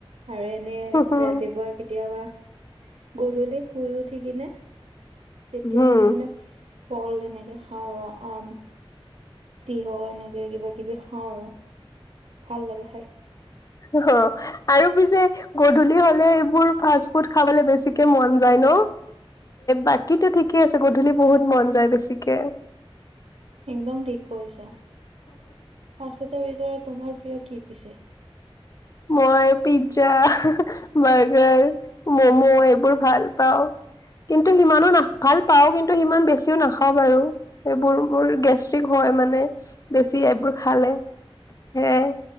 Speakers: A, on the right; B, on the left.
A: আৰু এনেই
B: অ
A: ৰাতিপুৱা কেতিয়াবা গধূলি শুই উঠ কিনে তেতিয়া
B: হম
A: মই মানে ফল তেনেকে খাওঁ আৰু আম তিয়হ এনেকে কিবা কিবি খাওঁ আৰু। ভাল লাগে খাই।
B: অ আৰু পিছে গধূলি হলে ফাষ্ট ফুড খাবলে বেছিকে মন যায় ন, বাকীটো ঠিকে আছে গধূলি বহুত মন যায় বেছিকে।
A: <inaudible> একদম ঠিক কৈছা। ফাষ্টফুডৰ ভিতৰত তোমাৰ প্ৰিয় কি পিছে?
B: মই পিজ্জা, বাৰ্গাৰ, ম'ম এইবোৰ ভাল পাওঁ। কিন্তু সিমানো না ভাল পাওঁ কিন্তু সিমান বেছিও নাখাওঁ বাৰু এইবোৰ মোৰ গেষ্ট্ৰিক হয় হয় মানে বেছি এইবোৰ খালে সেয়াই